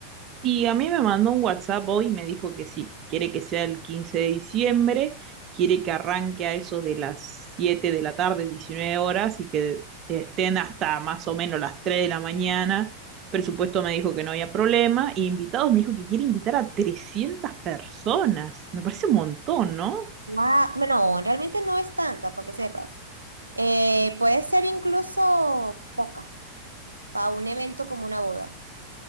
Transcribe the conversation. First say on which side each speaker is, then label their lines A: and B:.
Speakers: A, on the right (about 35°); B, on the right (about 80°).
A: Y a mí me mandó un WhatsApp hoy y me dijo que sí, que quiere que sea el 15 de diciembre, quiere que arranque a eso de las 7 de la tarde, 19 horas, y que estén hasta más o menos las 3 de la mañana. Presupuesto me dijo que no había problema, y invitados me dijo que quiere invitar a 300 personas. Me parece un montón, ¿no?
B: Guau, no, realmente no es tanta, para que sepas. Eh, puede ser incluso poca, para un evento como una boda.